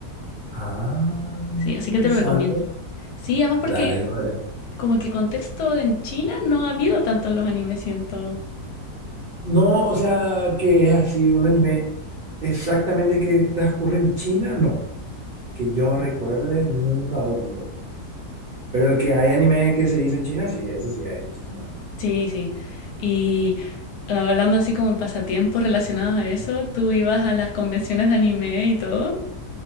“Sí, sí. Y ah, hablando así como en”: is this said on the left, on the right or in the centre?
Left